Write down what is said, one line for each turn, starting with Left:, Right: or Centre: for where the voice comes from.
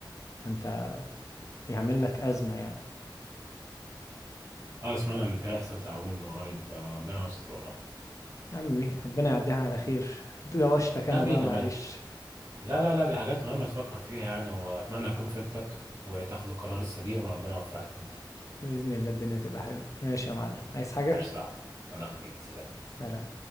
Left: فانت يعمل لك أزمة يعني
Right: اه سمعنا ان فيها هيحصل تعويم قريب فربنا يستر والله
Left: يا عمي ربنا يعديها على خير دوشتك انا
Right: امين
Left: بقى معلش
Right: امين لا لا لا دي حاجات مهمه تفكر فيها يعني واتمنى اكون فدتك وتاخد القرار السليم وربنا يوفقك يعني
Left: بإذن الله الدنيا تبقى حلوة ماشي يا معلم عايز حاجة
Right: ماشي يا صاحبي الله يخليك سلام
Left: سلام